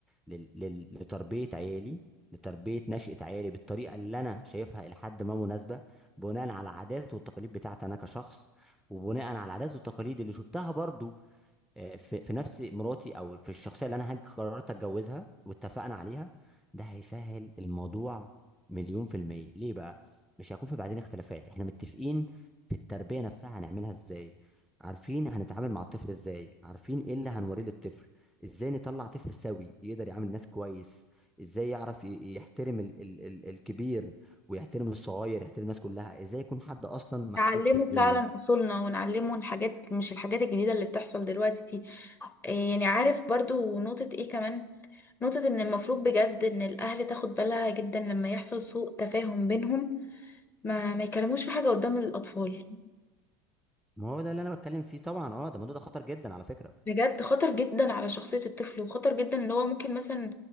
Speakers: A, in the centre; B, on the left (about 20°).
A: لل... لل... لتربيه عيالي لتربيه نشأة عيالي بالطريقه اللي انا شايفها الى حد ما مناسبه بناء على العادات والتقاليد بتاعتي انا كشخص وبناء على العادات والتقاليد اللي شفتها برضو آه، في في نفس مراتي او في الشخصيه اللي انا هج- قررت اتجوزها واتفقنا عليها ده هيسهل الموضوع مليون في المية ليه بقى مش هيكون في بعدين اختلافات احنا متفقين في التربية نفسها هنعملها ازاي عارفين هنتعامل مع الطفل ازاي عارفين ايه اللي هنوريه للطفل ازاي نطلع طفل سوي يقدر يعامل الناس كويس ازاي يعرف ي- يحترم ال ال ال الكبير ويحترم الصغير يحترم الناس كلها ازاي يكون حد اصلا محبوب
B: نعلمه
A: في الدنيا
B: فعلا اصولنا ونعلمه الحاجات مش الحاجات الجديدة اللي بتحصل دلوقتي دي آه، يعني عارف برضو نقطة ايه كمان نقطة إن المفروض بجد إن الأهل تاخد بالها جدا لما يحصل سوء تفاهم بينهم ما ما يكلموش في حاجة قدام الأطفال
A: ما هو ده اللي انا بتكلم فيه طبعا اه ده الموضوع ده خطر جدا على فكرة
B: بجد خطر جدا على شخصية الطفل وخطر جدا إن هو ممكن مثلا